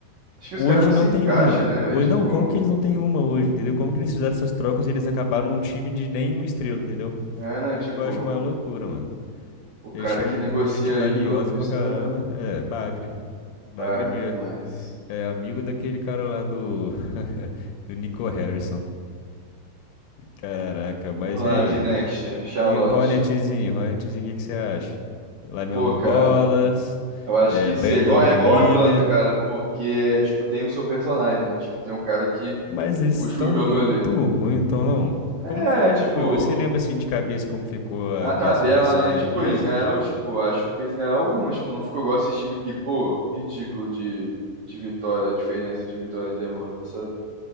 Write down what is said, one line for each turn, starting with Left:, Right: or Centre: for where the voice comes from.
Right: Acho que
Left: hoje
Right: os caras não se
Left: não
Right: encaixam,
Left: tem uma.
Right: né, velho?
Left: Hoje,
Right: Tipo.
Left: não, como que eles não têm uma hoje, entendeu? Como que eles fizeram essas trocas e eles acabaram um time de nenhuma estrela, entendeu?
Right: É, né?
Left: Isso
Right: Tipo,
Left: que eu acho uma loucura, mano.
Right: o cara
Left: Eles tinham
Right: que negocia
Left: com gente valiosa
Right: aí, pelo visto,
Left: pra caramba.
Right: é.
Left: É, Bagre. Bagre
Right: Bagre
Left: mesmo.
Right: demais.
Left: É amigo daquele cara lá do... <laughs> do Nico Harrison. Caraca, mas
Right: Vamos
Left: e
Right: lá,
Left: aí?
Right: Dinesh, Charlotte.
Left: E o Ronetzinho, Ronetzinho, o que que você acha? Lamelo
Right: Pô, cara,
Left: Bolas,
Right: eu acho
Left: eh,
Right: que isso
Left: Brandon
Right: é igual, é igual
Left: Miller,
Right: Atlanta, cara, porque, é, tipo, tem o seu personagem, né? Tipo, tem um cara que
Left: mas esses
Right: puxa
Left: estão
Right: o jogo
Left: muito
Right: ali.
Left: ruins, então não.
Right: É,
Left: Como, como
Right: tipo,
Left: foi? Você lembra assim de cabeça como ficou a
Right: na
Left: classificação
Right: tabela, né?
Left: da
Right: Tipo,
Left: NBA?
Right: eles ganharam, tipo, acho que eles ganharam algumas, tipo, não ficou igual esse time que, pô, ridículo de, de vitória, diferença de vitória e derrota, sabe?